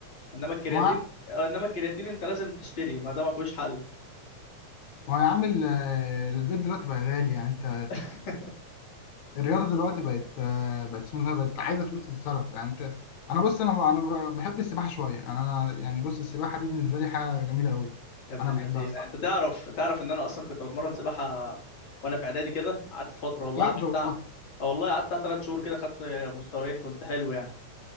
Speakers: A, on the left (about 40°); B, on the left (about 70°).
A: انما الكرياتين
B: ما
A: آه، انما الكرياتين انت لازم تشتري ما ده ما فيهوش حل
B: ما هو يا عم ال- البيض دلوقتي بقى غالي يعني انت
A: <laughs>
B: الرياضه دلوقتي بقت آه، بقت اسمها إيه؟ بقت عايزه فلوس تتصرف يعني انت انا بص انا انا بحب السباحه شويه يعني انا يعني بص السباحه دي بالنسبه لي حاجه جميله قوي
A: يا ابن
B: انا
A: اللذينه
B: بحبها الصراحه
A: انت تعرف تعرف ان انا اصلا كنت بتمرن سباحه وانا في اعدادي كده قعدت فتره والله
B: بجد
A: قعدت
B: والله
A: بتاع- آه والله قعدت ثلاث شهور كده خدت مستويين كنت حلو يعني